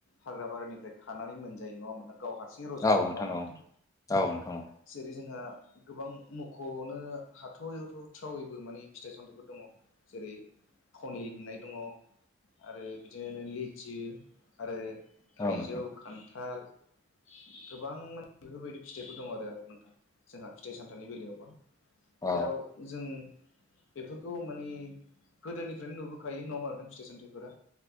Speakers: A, on the left (about 80°); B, on the left (about 15°).
A: हाग्रा बारिनिफ्राय खानानै मोनजायो नङा होनोन गाव हारसिंै रज'नाय
B: औ
A: नङा होमबा
B: औ
A: नोंथां
B: औ नोंथां
A: जेरै जों जोंहा गोबां मुख'आवनो हाथावैथाव थ्रावैबो माने फिथाइ सामथाइफोर दङ जेरै खनि होननाय दङ आरो बिदिनो लिथि आरो
B: औ
A: थाइजौ
B: औ नोंथां औ
A: खान्थाल गोबां माने बेफोरबायदि फिथाइफोर दं आरो नोंथांा जोंहा फिथाइ सामथनि बेलायावबा
B: औ
A: जेराव जों बेफोरखौ माने गोदोनिफ्रायनो नुबोखायो नङा म आरो दां स्टेसनारिफोरा